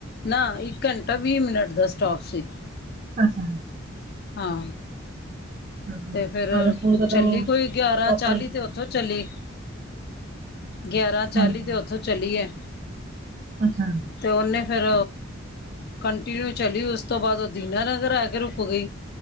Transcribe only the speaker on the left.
ਨਾ, ਇੱਕ ਘੰਟਾ ਵੀਹ ਮਿੰਟ ਦਾ ਸਟੋਪ ਸੀ।
ਹਾਂ,
ਤੇ ਫੇਰ
ਚੱਲੀ ਕੋਈ ਗਿਆਰਾਂ
ਚਾਲੀ ਤੇ ਉ ਉਥੋਂ ਚਲੀ, ਗਿਆਰਾਂ ਚਾਲੀ
ਤੇ ਉੱਥੋਂ ਚਲੀਏ।
ਤੇ ਉਹਨੇ ਫਿਰ ਕੰਟੀਨਿਊ ਚਲੀ ਉਸ ਤੋਂ ਬਾਅਦ ਉਹ ਦੀਨਾਨਗਰ ਆ ਕੇ ਰੁਕ ਗਈ।